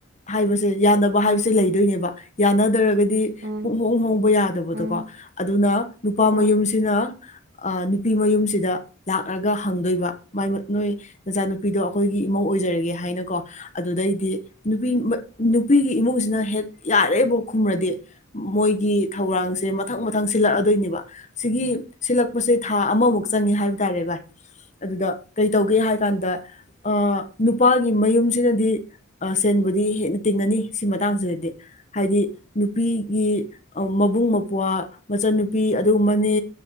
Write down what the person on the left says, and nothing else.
ꯍꯥꯏꯕꯁꯦ ꯌꯥꯅꯕ
ꯍꯥꯏꯕꯁꯦ
ꯂꯩꯗꯣꯏꯅꯦꯕ ꯌꯥꯅꯗ꯭ꯔꯒꯗꯤ
ꯍ ꯍꯕ ꯌꯥꯗꯕꯗꯀꯣ
ꯑꯗꯨꯅ ꯅꯨꯄꯥ
ꯃꯌꯨꯝꯁꯤꯅ ꯅꯨꯄꯤ ꯃꯌꯨꯝꯁꯤꯗ ꯂꯥꯛꯂꯒ ꯍꯪꯗꯣꯏꯕ ꯃꯥꯏ ꯅꯣꯏ ꯅꯆꯥꯅꯨꯄꯤꯗꯣ ꯑꯩꯈꯣꯏꯒꯤ ꯏꯃꯧ ꯑꯣꯏꯖꯔꯒꯦ ꯍꯥꯏꯅꯀꯣ ꯑꯗꯨꯗꯩꯗꯤ ꯅꯨꯄꯤ ꯅꯨꯄꯤꯒꯤ ꯏꯃꯨꯡꯁꯤꯅ ꯍꯦꯛ ꯌꯥꯔꯦꯕ ꯈꯨꯝꯔꯗꯤ ꯃꯣꯏ ꯊꯧꯔꯥꯡꯁꯦ ꯃꯊꯪ ꯃꯊꯪ ꯁꯤꯜꯂꯛꯑꯗꯣꯏꯅꯦꯕ ꯁꯤꯒꯤ ꯁꯤꯜꯂꯛꯄꯁꯦ ꯊꯥ ꯑꯃꯃꯨꯛ ꯆꯪꯉꯦ ꯍꯥꯏꯕ ꯇꯥꯔꯦ ꯚꯥꯏ ꯑꯗꯨꯗ ꯀꯩ ꯇꯧꯒꯦ ꯍꯥꯏ ꯀꯥꯟꯗ ꯑ ꯅꯨꯄꯥꯒꯤ ꯃꯌꯨꯝꯁꯤꯅꯗꯤ ꯁꯦꯟꯕꯨꯗꯤ ꯍꯦꯟꯅ ꯇꯤꯡꯉꯅꯤ ꯁꯤ ꯃꯇꯥꯡꯁꯤꯗꯗꯤ ꯍꯥꯏꯗꯤ ꯅꯨꯄꯤꯒꯤ ꯃꯕꯨꯡ ꯃꯧꯄ꯭ꯋꯥ ꯃꯆꯟꯅꯨꯄꯤ ꯑꯗꯨꯒꯨꯝꯕꯅꯦ